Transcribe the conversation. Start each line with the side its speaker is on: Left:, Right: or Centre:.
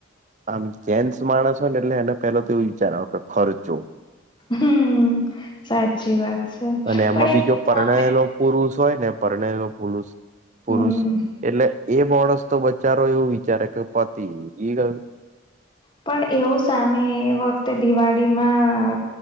Right: આમ જેન્ટસ માણસ હોય ને એટલે એને પેલો તો એને વિચાર આવે કે ખર્ચો.
Left: હમ્મ સાચી વાત. છે
Right: અને એમાં
Left: પણ
Right: બીજો
Left: એ
Right: પરણયલો
Left: સામે
Right: પુરુષ હોય ને પરણયલો પુરુષ પુરુષ.
Left: હમ
Right: એટલે એ માણસ તો બચારો એવું વિચારે કે પતિ એ ગયું.
Left: પણ એવું સામે એ વ દિવાળીમાં